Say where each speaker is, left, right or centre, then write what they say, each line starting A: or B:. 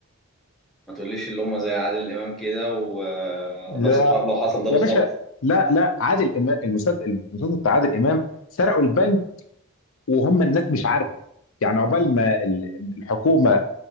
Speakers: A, in the centre; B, on the left.
A: ما تقوليش اللي هم زي عادل امام كده ونفس
B: لا
A: الحوار لو حصل ده
B: يا
A: بالظبط
B: باشا لا لا عادل امام المسلسل المسلسل بتاع عادل امام سرقوا البنك وهم الناس مش عارفه يعني عقبال ما ال- الحكومه